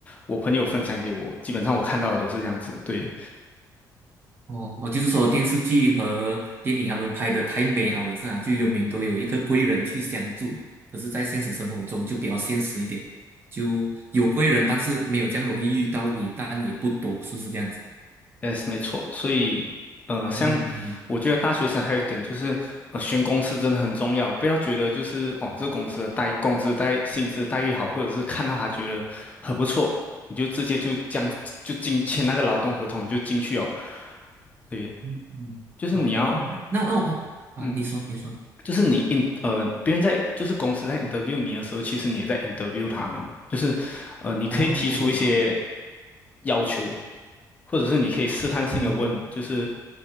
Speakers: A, on the left; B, on the right.
A: 我朋友分享给我，基本上我看到的都是这样子。对
B: 哦，我就是说电视剧和电影他们拍的太美好了，是啊，就永远都有一个贵人去相助。可是，在现实生活中就比较现实一点，就有贵人，但是没有这样容易遇到，也但也不多，是不是这样子？
A: ，yes，没错。所以，呃，像我觉得大学生还有一点就是，
B: 嗯嗯
A: 呃，选公司真的很重要，不要觉得就是哦，这个公司的待工资待薪资待遇好，或者是看到他觉得很不错，你就直接就这样就进签那个劳动合同，你就进去哦。对，
B: 嗯嗯，
A: 就是你要。
B: 好，明白明白。那哦哦啊，
A: 嗯，
B: 你说你说，
A: 就是你 in 呃，别人在就是公司在 interview 你的时候，其实你也在 interview 他们，就是呃，你可以提出一些
B: 哦哦，
A: 要求，或者是你可以试探性的问，
B: 嗯嗯，
A: 就是